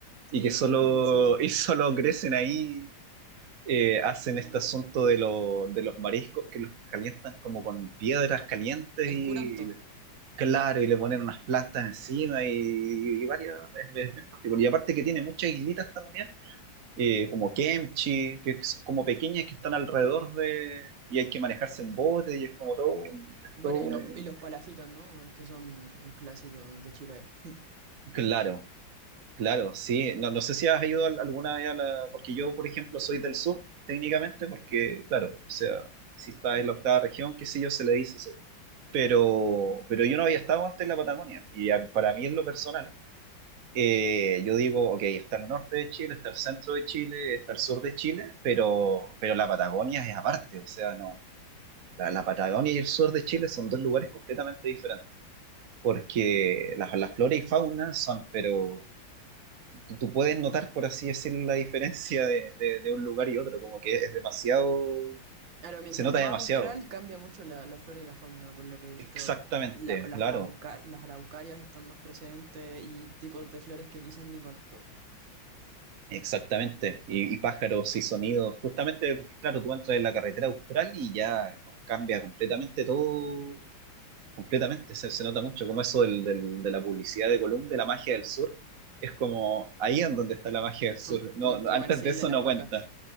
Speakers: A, on the right; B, on the right.
A: y
B: Sí,
A: que solo,
B: sí, sí.
A: <laughs> y solo crecen ahí eh, hacen
B: Sí.
A: este asunto de, lo- de los mariscos que los calientan como con piedras calientes
B: El
A: y,
B: curanto.
A: y le- claro, y le ponen unas plantas encima y, y- y varias, es, es bien particular. Y aparte que tiene muchas islitas también, eh, como kimchi, que son como pequeñas que están alrededor de, y hay que manejarse en bote y es como todo, un- es
B: Bueno,
A: todo
B: y
A: un,
B: los,
A: eh,
B: y los palafitos, ¿no? Es que son un clásico de Chile. <laughs>
A: claro. Claro, sí. No, no sé si has ido al- alguna vez a la... Porque yo, por ejemplo, soy del sur, técnicamente, porque, claro, o sea, si está en la octava región, qué sé yo, se le dice eso. Pero, pero yo no había estado antes en la Patagonia. Y a- para mí, en lo personal, eh, yo digo, ok, está el norte de Chile, está el centro de Chile, está el sur de Chile, pero, pero la Patagonia es aparte. O sea, no, la, la Patagonia y el sur de Chile son dos lugares completamente diferentes. Porque las, las flores y fauna son, pero tú, tú puedes notar, por así decirlo, la diferencia de, de- de un lugar y otro, como que es demasiado,
B: Claro, mientras
A: se nota
B: más
A: demasiado.
B: austral cambia mucho la, la flora y la fauna, por lo que he visto.
A: Exactamente,
B: La- las,
A: claro,
B: arauca- las araucarias están más presentes y tipos de flores que quizás ni conozco.
A: exactamente. Y, y pájaros y sonidos, justamente, claro, tú entras en la carretera austral y ya cambia completamente todo Completamente, se, se nota mucho como eso del- del- de la publicidad de Column, de la magia del sur, es como ahí en donde está la magia del sur.
B: Mm,
A: No,
B: Muy
A: no,
B: comercial
A: antes de eso
B: de las
A: no
B: vacas.
A: cuenta.